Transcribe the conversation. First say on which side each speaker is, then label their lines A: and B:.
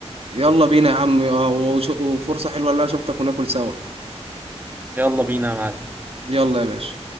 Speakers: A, on the right; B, on the right.
A: يلا بينا يا عم اه، وش- وفرصه حلوه اللي انا شفتك وناكل سوا
B: يلا بينا يا معلم
A: يلا يا باشا